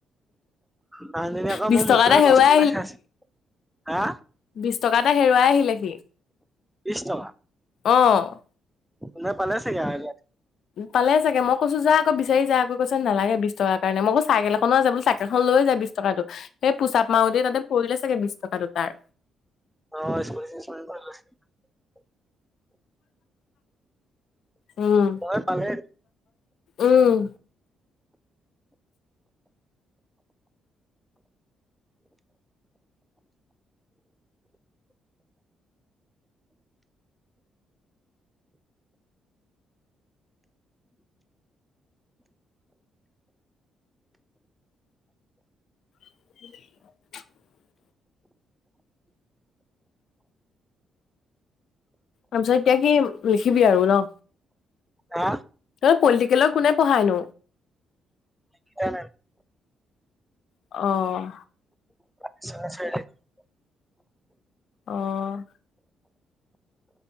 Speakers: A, in the centre; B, on the left.
A: মানুহজনী আকৌ
B: বিশ
A: মোৰ
B: টকা
A: মুখলে
B: এটা হেৰুৱাই
A: টৰ্চটো মাৰি চাইছে। হা?
B: বিছ টকা এটা হেৰুৱাই আহিলে সি।
A: বিছ টকা?
B: অ'।
A: নাই, পালে চাগে আৰু এতিয়া।
B: পালে চাগে! মই কৈছোঁ, যা আকৌ বিচাৰি যা আকৌ! কৈছে নালাগে, বিছ টকাৰ কাৰণে। মই আকৌ চাইকেল এখনো আছে বুলো, চাইকেলখন লৈ যা বিশ টকাটোক। সেই পোচআপ মাৰোতেই তাতে পৰিলে চাগে, বিছ টকাটো তাৰ।
A: অ', স্পৰ্টিং চেঞ্জ কৰিব লৈছিলোঁ।
B: <inaudible> উম।
A: মই পালে
B: উম। <inaudible> তাৰপিছত এতিয়া কি লিখিবি আৰু ন?
A: হা
B: অ' পলিটিকেলৰ কোনে পঢ়ায় নো?
A: এতিয়া নাই।
B: অ'
A: <inaudible>
B: অ'